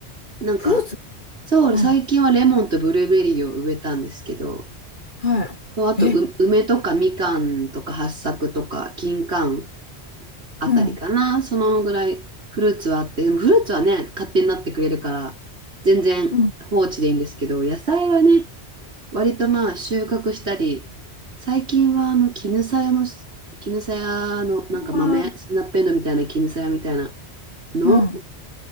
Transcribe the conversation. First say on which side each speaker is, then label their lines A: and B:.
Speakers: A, on the right; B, on the left.
A: なんか、
B: フルーツ
A: そう、
B: うん。
A: 最近はレモンとブルーベリーを植えたんですけど、
B: は
A: そうあと、
B: い。え、
A: う梅とかみかんとか八朔とか金柑あたりかな。
B: うん。
A: そのぐらいフルーツはあって、でもフルーツはね、勝手になってくれるから、全然放置でいいんですけど、
B: うん。
A: 野菜はね、割とまあ収穫したり、最近はあの絹さやの、絹さやのなんか豆、
B: ああ、
A: スナッペンドウみたいな絹さやみたいなのを
B: うん。